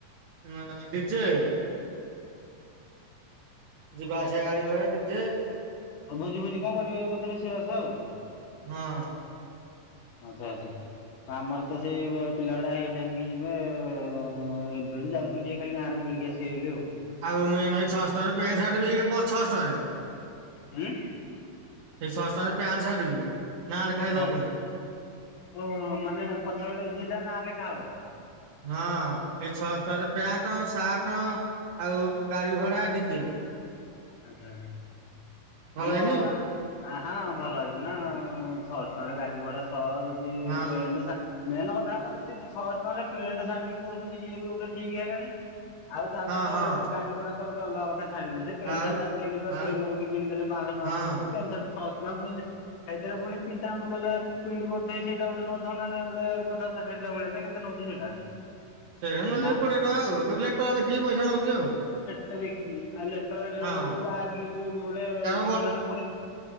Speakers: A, on the right (about 65°); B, on the left (about 75°).
A: ନ ଡିଜେ। ଯିବା ଆସିବା ଗାଡି ଭଡା ଡିଜେ।
B: ଆଉ ଭୋଜି ଫୋଜି କଣ କରିବ ବୋଧେ ରୋଷଇ ବାସ ଆଉ।
A: ହଁ।
B: ଆଚ୍ଛା ଆଚ୍ଛା ଆମର ତ ସେଇ ପିଲା ଗୁଡା ହେଇ ଟାଇମ କି ଯିବେ। ହଁ ଏବେଠୁ ଯାଉଛନ୍ତି ଟିକେ ଖାଲି ଗାଁରେ ବୁଲିକି ଆସିବେ ବୋଲି ଆଉ।
A: ଆଉ ମେନ୍ ହେଇ ଛଅଶ ଟଙ୍କାରେ ପେଣ୍ଟ ସାର୍ଟ ବି ହେଇ ଛଅଶ ଟଙ୍କାରେ।
B: ଉଁ
A: ହେଇ ଛଅସ ଟଙ୍କାରେ ପ୍ୟାଣ୍ଟ ସାର୍ଟ ବି। ନାଁ ଲେଖା
B: <unintelligible>
A: ହେଇଥିବ ପୁଣି
B: ଓ ହ ମାନେ ପଛ ପଟେ ଯିଏ ଯାହା ନା ଲେଖା ହବ।
A: ହଁ ଏଇ ଛଅଶ ଟଙ୍କାରେ
B: ଆଚ୍ଛା
A: ପିଆଣ୍ଟ ସାଆଟ ଆଉ ଗାଡି ଭଡା ଡିଜେ
B: ଆଛା
A: ଭଲ
B: ଆମ
A: ହେଇନି
B: ଆ ଆ ହଁ ଭଲ ହେଇଛି ନା ଆଉ ଛଅସ ଟଙ୍କାରେ ଗାଡି ଭଡା ସହ ଯଦି
A: ହଁ
B: ପେଣ୍ଟ ସା ମେନ୍ କଥା ହେଲା ଯଦି ଛଅଶ ଟଙ୍କାରେ ପେଣ୍ଟ ସାର୍ଟ ବି ଦଉଛନ୍ତି ସିଏ ବି ଗୋଟେ ଠିକ ହେଲାଣି। ଆଉ ତାପରେ
A: ହଁ ହଁ
B: ଗାଡି ଗୋଡା ତ ଗୋଟେ ଅଲଗା କଥା ଛାଡିଦେ ସେ ପେଣ୍ଟ
A: ଆଉ
B: ସାର୍ଟ ଆଜି କାଲି ବା
A: ଆଉ
B: ପେଣ୍ଟେ ଗୋଟେ କିଣିଦେଲେ ପାଞ୍ଚଶ ଟଙ୍କା
A: ହଁ
B: ପଡୁଚି ପେଣ୍ଟ ସାର୍ଟ ଛଅଶ ଟଙ୍କା ପୁଣି ହେଇଦିରେ ପୁଣି। ପ୍ରିଣ୍ଟ ଆଉଟ ଗଲେ ପ୍ରିଣ୍ଟ କରି ଦେଇ ସେଇଟା ଗୋଟେ ନଥାନ୍ତା ନା ଗୋଟେ ପଚାଶ ଷାଠିଏ <unintelligible> ନା କେତେ ନଉଛି ସେଇଟା?
A: ସେଇଆ ନଦେଇ
B: ନା
A: କୋଡିଏ ଟଙ୍କା ଆଉ ଦୁଇ <unintelligible> ଦେଖିକି ପଇସା ନଉଛି ଆଉ।
B: ଯାତ୍ରା ଦେଖିଯିବି ଆଇଲେ। <unintelligible> ବେଳକୁ
A: ହଁ
B: ଆଜିକାଲି ଗୋଟେ
A: ତାର
B: କିଛି ନହେଲେ ପଡେ